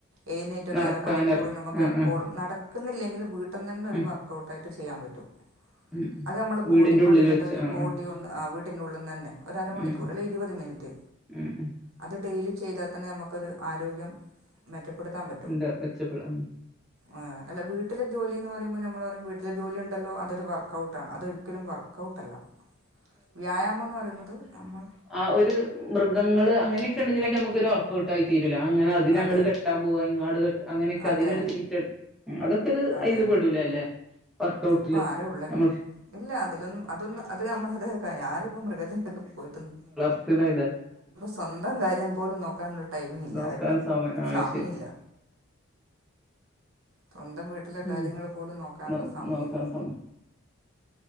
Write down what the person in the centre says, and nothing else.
നടക്കാനർ
ആ
ആ
ഉം
ഉം
വീടിന്റെ
ഉള്ളിൽ
വെച്ച്
ആ
ആ
ഉം
ഉം ഉം
എന്താ മെച്ചപ്പെടാം
ആഹ് ഒരു മൃഗങ്ങള് അങ്ങനെയൊക്കെ ഉണ്ടെങ്കിലൊക്കെ നമുക്കൊരുറ ഒട്ടായി തീരില്ല അങ്ങനെ അതിന്
അങ്ങട് കെട്ടാൻ പോവാ ഇങ്ങട് അങ്ങനെക്കെ
അതിനൊരു സീറ്റ് ഉം അതൊക്കെരു ഇത്
അയിൽ പേടൂലല്ലേ വർക്ക്ഔട്ടില്
നമ്മ
ഇല്ല.
നോക്കാൻ
സമയം ആ
ശരി
ഉം
നോ
നോക്കാൻ സമയം